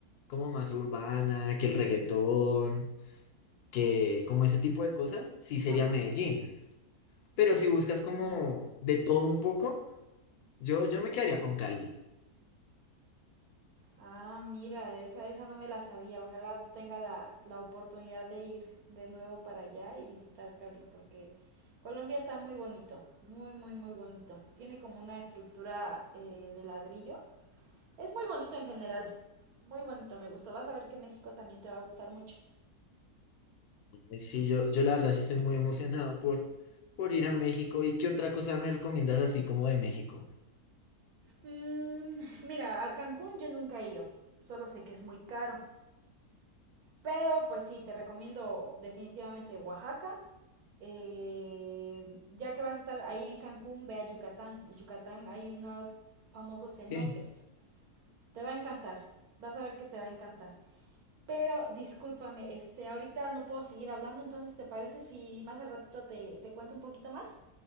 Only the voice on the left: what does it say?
como más urbana, que el reggaetón, que como ese tipo de cosas, sí sería
Medellín. Pero si buscas como de todo un poco, yo, yo me quedaría con Cali.
Y Sí, yo, yo la verdad sí estoy muy emocionado por, por ir a México. ¿Y qué otra cosa me recomiendas así como de México?
Ok,